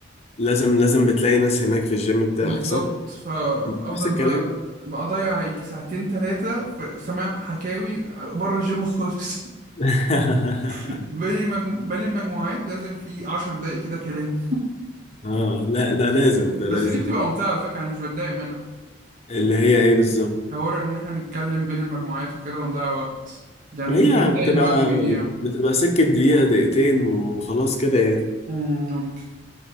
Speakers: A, on the left; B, on the right.
A: لازم لازم بتلاقي ناس هناك في الجيم بتاعك
B: بالظبط
A: صح
B: فافضل
A: نفس الكلام
B: بقى اضيع يجي ساعتين ثلاثه في سماع حكاوي بره الجيم خالص <laughs>
A: <laughs>
B: بين المجمو... بين المجموعات لازم في عشر دقايق كده كلام
A: اه لا ده لازم ده
B: بس
A: لازم
B: دي بتبقى ممتعه على فكره يعني مش بتضايق منها
A: اللي هي ايه بالظبط
B: حوار ان احنا نتكلم بين المجموعات وكده ونضيع وقت يعني
A: هي
B: مش بتضايق
A: بتبقى
B: ان الوقت بيضيع
A: بتبقى سكة دقيقة دقيقتين وخلاص كده يعني
B: أمم، ممكن